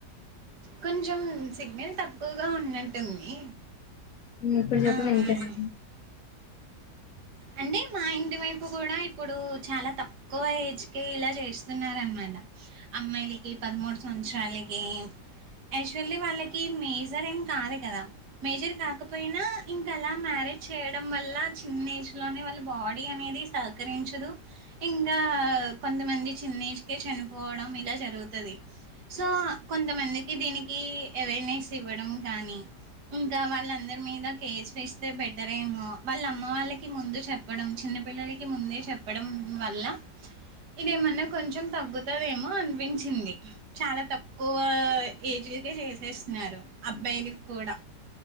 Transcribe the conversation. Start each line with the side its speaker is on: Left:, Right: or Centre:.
Right: కొంచెం సిగ్నల్ తక్కువగా ఉన్నట్టుంది
Left: ఉమ్ ఇప్పుడు చెప్పవే
Right: ఆ
Left: ఎంతసు
Right: ఉమ్. అంటే మా ఇంటి వైపు కూడా ఇప్పుడు చాలా తక్కువ ఏజ్ కె ఇలా చేస్తున్నారు అనమాట అమ్మాయిలకి పదమూడు సంద్ చలాగే యాక్చువల్లీ వాళ్ళకి మేజర్ ఏం కాదు కదా మేజర్ కాకపోయినా ఇంకా అలా మ్యారేజ్ చేయడం వల్ల చిన్న ఏజ్ లోనే వాళ్ళ బాడీ అనేది సహకరించదు ఇంకా కొంతమంది చిన్న ఏజ్ కే చనిపోవడం ఇలా జరుగుతది సో కొంతమందికి దీనికి అవేర్నెస్ ఇవ్వడం కానీ ఇంకా వాళ్ళందరి మీద కేర్స్ వేస్తే బెటర్ ఏమో వాళ్ళ అమ్మ వాళ్ళకి ముందు చెప్పడం చిన్న పిల్లలకి ముందే చెప్పడం వల్ల ఇది ఏమన్నా కొంచెం తగ్గుతుందేమో అనిపించింది చాలా తక్కువ ఏజ్ కే చేసేస్ తున్నారు అబ్బాయిలు కూడా